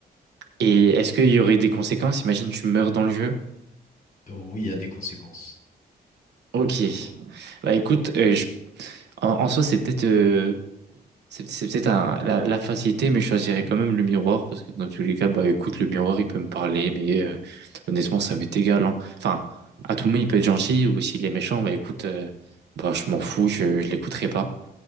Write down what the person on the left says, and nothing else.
Oui, il y a des conséquences.